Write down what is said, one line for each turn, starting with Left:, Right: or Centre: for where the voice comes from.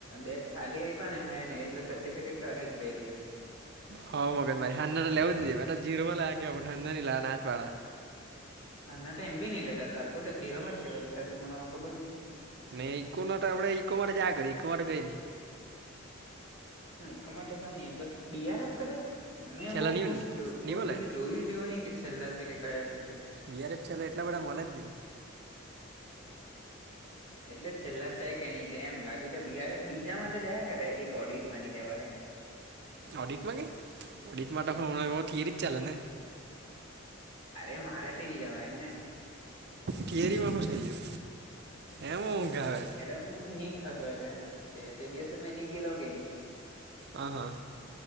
Left: બેગ ખાલી આઈપ નેને એટલે સર્ટિફિકેટ તો અહેજ બે દિવસ
Right: હ મગજ મારી હાંનેજના લેવ જ દીજે મા જીરમાં લાગ પણ હા લાવ નાજ પાડા
Left: હાજના તો એમ બી નઈ લેટાશે આલોકો ત જીરોમાં જેવા લેટાશે પણ હવે ખબર નહી
Right: નહી ઇકોના આપણે ઈકો માટે જા કરી ઈકો માટે ગઈ ન
Left: હાય કમાતો કઈ નઈ એમ તો બી આર એફ કદાચ મેં
Right: છેલ્લા
Left: બહુ
Right: નહીં
Left: ખાસ જોયું
Right: નહીં
Left: બહું
Right: બોલે
Left: પેલું જોયું જેવો ની કે છેલ્લા સે કે કયા સે તે
Right: બીઆરએફ છેલ્લે એટલા બધા મલે જ ની
Left: એટલે છેલ્લા સે કે એની ટેમ બાકી તો બાર બીજા માટે જયા કર એક ઓડિટ માની જવા હે
Right: ઓડિટમાં કે ને ઓડિટ માટે તો હણા એ થિયરી જ ચાલે ને
Left: અરે મારેથી ની જવાય ને
Right: કેરી માં હસાઈજ એમ ઊઘ આવે
Left: મ નની ખબર એમ તે દિવસે મે નની ગેલો કે ન
Right: આ હા